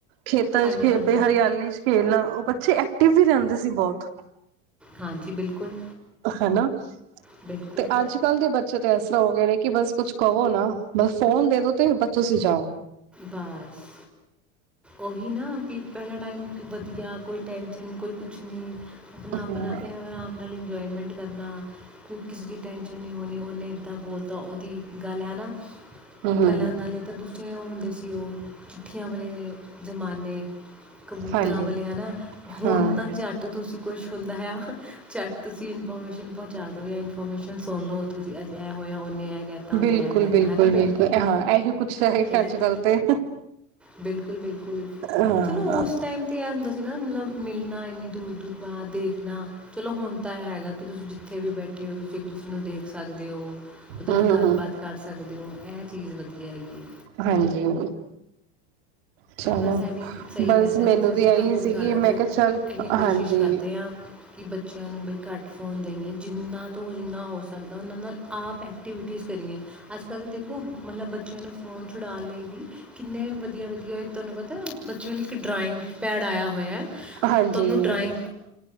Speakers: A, on the right (about 65°); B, in the centre.
A: ਖੇਤਾਂ
B: ਹਾਂਜੀ
A: ਚ ਖੇਡਦੇ,
B: ਹਾਂਜੀ
A: ਹਰਿਆਲੀ ਚ ਖੇਲਣਾ ਉਹ ਬੱਚੇ ਐਕਟਿਵ ਵੀ ਰਹਿੰਦੇ ਸੀ ਬਹੁਤ
B: ਹਾਂਜੀ ਬਿਲਕੁਲ।
A: ਹਨਾ
B: ਬਿਲਕੁਲ
A: ਤੇ ਅੱਜ ਕੱਲ ਦੇ ਬੱਚੇ ਬੱਚੇ ਤੇ ਐਸ ਤਰ੍ਹਾਂ ਦੇ ਹੋ ਗਏ ਨੇ ਕਿ ਬਸ ਕੁੱਛ ਕਹੋ ਨਾ ਬਸ ਫੋਨ ਦੇ ਦੋ ਤੇ ਬਸ ਤੁਸੀਂ ਜਾਓ।
B: ਬਸ ਉਹੀ ਨਾ ਵੀ ਪਹਿਲਾਂ ਟਾਈਮ ਵਧੀਆ ਕੋਈ ਟੈਂਨਸ਼ਨ ਨੀ ਕੋਈ ਕੁਛ ਨੀ ਆਪਣਾ ਆਪਣਾ
A: ਹਮ
B: ਆਰਾਮ ਨਾਲ ਇੰਜੋਏਮੈਂਟ ਕਰਨਾ ਕੋਈ ਕਿਸੇ ਦੀ ਟੈੈਂਸ਼ਨ ਨੀਂ ਹੋਣੀ। ਉਹਨੇ ਏਦਾ ਬੋਲਦਾ ਉਹਦੀ <inaudible> ਗੱਲ ਹੈ ਨਾ,
A: ਹਮ
B: ਪਹਿਲਾਂ ਨਾਲੇ ਤਾਂ ਦੂਸੀੇ ਹ ਚਿੱਠੀਆਂ ਵਾਲੇ ਜ਼ਮਾਨੇ ਕਬੂਤਰਾਂ
A: ਹਾਂਜੀ
B: ਵਾਲੇ ਹਨਾ, ਹੁਣ
A: ਹਾਂ
B: ਤਾਂ ਝੱਟ ਤੁਸੀਂ ਕੁਛ ਹੁੰਦਾ ਹੈ, ਝੱਟ ਤੁਸੀਂ ਇਨਫੋਰਮੇਸ਼ਨ ਪਹੁੰਚਾ ਦੋ। ਜਾਂ ਇਨਫੋਰਮੇਸ਼ਨ ਸੁਣ ਲਓ, ਉਥੋਂ ਅਜਂ ਏ ਹੋਇਆ ਉਹਨੇ ਕਹਿਤਾ ਉਹਨੇ
A: ਬਿਲਕੁਲ
B: ਇਹ ਕਹਿਤਾ
A: -ਬਿਲਕੁਲ,
B: ਹੈ ਨਾ ਭਈ
A: ਬਿਲਕੁਲਾਂ ਇਹੀ ਕੁੱਛ ਤਾਂ ਫਿਰ
B: ਇਹਦੇ
A: ਅੱਜ-
B: ਨ-
A: ਕੱਲ। ਤੇ
B: ਬਿਲਕੁਲ- ਬਿਲਕੁਲ
A: ਹਾਂ
B: ਚਲੋ ਉਸ ਟਾਈਮ ਤੇ, ਇਹ ਹੁੰਦਾ ਸੀ ਨਾ, ਮਤਲਬ ਮਿਲਣਾ ਇੰਨੀ ਦੂਰ -ਦੂਰ। ਬਾ ਦੇਖ ਨਾ ਚਲੋ ਹੁਣ <inaudible> ਤਾਂ ਹੈਗਾ ਕਿ, ਤੁਸੀਂ ਜਿੱਥੇ ਵੀ ਬੈਠੇ ਇਕੱਠੇ ਹੋ ਤੁਸੀਂ, ਇੱਕ ਦੂਸਰੇ ਨੂੰ ਦੇਖ ਸਕਦੇ ਹੋ। ਉਹਦੇ
A: ਹਮ
B: ਨਾਲ ਗੱਲਬਾਤ
A: ਹਮ
B: ਕਰ ਸਕਦੇ ਓ, ਇਹ ਚੀਜ਼ ਵਧੀਆ ਹੈਗੀ।
A: ਹਾਂਜੀ ਚਲੋ
B: ਬਸ ਇਹ ਵੀ ਸਹੀ ਰਹਿੰਦਾ,
A: ਮੈਨੂੰ
B: ਬਸ ਅਸੀਂ
A: ਵੀ ਇਹੀ
B: ਤਾਂ ਹੁਣ
A: ਸੀਗੀ
B: ਜ਼ਿਆਦਾਤਰ
A: ਮੈਂ ਕਿਹਾ ਚੱਲ
B: ਇਹੀ ਕੋਸ਼ਿਸ਼
A: ਹਾਂਜੀ
B: ਕਰਦੇ ਹਾਂ। ਕਿ ਬੱਚ ਬੱਚਿਆਂ ਨੂੰ ਬ ਘੱਟ ਫੋਨ ਦੇਈਏ, ਜਿੰਨਾਂ ਤੋਂ ਜਿੰਨਾ ਹੋ ਸਕਦਾ ਉਹਨਾਂ ਨਾਲ ਆਪ ਐਕਟੀਵਿਟੀਜ਼ ਕਰੀਏ, ਅੱਜ -ਕੱਲ੍ਹ ਤਾਂ ਦੇਖੋ ਮਤਲਬ ਬੱਚਿਆਂ ਨੂੰ ਫ਼ੋਨ ਛੁਡਾਉਣ ਲਈ ਵੀ, ਕਿੰਨੇ ਵਧੀਆ ਵਧੀਆ ਤੁਹਾਨੂੰ ਪਤਾ, ਬੱਚੇ ਵ ਲਈ ਇੱਕ ਡਰਾਇੰਗ ਪੈਡ ਆਇਆ ਹੋਇਆ ਐ।
A: ਹਾਂਜੀ
B: ਤੁਹਾਨੂੰ ਡਰਾਇੰਗ